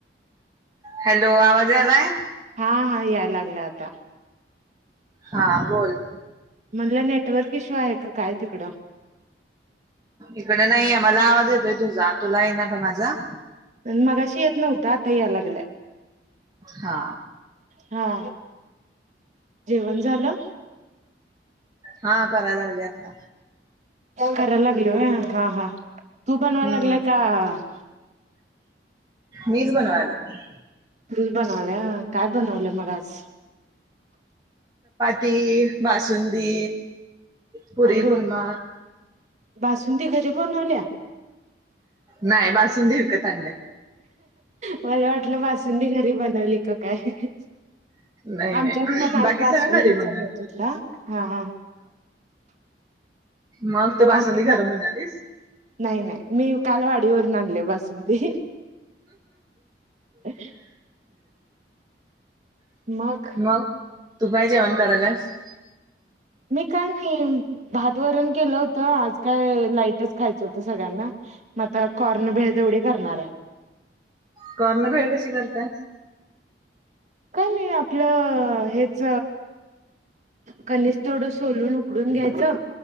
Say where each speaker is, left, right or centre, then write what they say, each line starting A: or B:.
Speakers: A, on the right; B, on the right.
A: हॅलो आवाज यालायं
B: हा हा याय लागला आता.
A: हा बोलं.
B: म्हटलं नेटवर्क इश्यू आहे का काय तिकडं.
A: इकडे नाहीये मला आवाज येतोय तुझा तुला आहे ना का माझा.
B: मगाशी येत नव्हता आता याय लागलाय.
A: हा.
B: हा जेवण झालं.
A: हा करायं लागले आता.
B: कराय लागेल व्हय हा हा तू बनवाय
A: हम्म
B: लागलायं का -
A: मीच बनवालायं.
B: तूच बनवल्या काय बनवलं मग आज.
A: ती बासुंदी. पुरी
B: अरे वा!
A: कुर्मा
B: बासुंदी घरी बनवल्या.
A: नाही बासुंदी विकत आणल्या.
B: मला वाटलं बासुंदी घरी बनवली का कायं.
A: नाही
B: आमच्यात
A: नाही
B: पण आज
A: बाकी
B: बासुंदीचा
A: सगळं घरी बनवलं
B: भेत होता. हा हा.
A: मग
B: पण
A: तू बासुंदी
B: आम्ही बघा
A: घर बनवलीस
B: नाही नाही मी काल वाडीवरून आणले बासुंदी. <inaudible> मग
A: मगं तू काय जेवण करायलासं.
B: मी काय नाही भात वरण केलं होतं आज काय लाईटच खायचं होतं सगळ्यांना. मग आता कॉर्न भेळ एवढी करणार आहे.
A: काॅर्न भेळ कशी करतातं.
B: काही नाही आपलं हेच. कनिस थोडं सोलून उकडून घ्यायचं.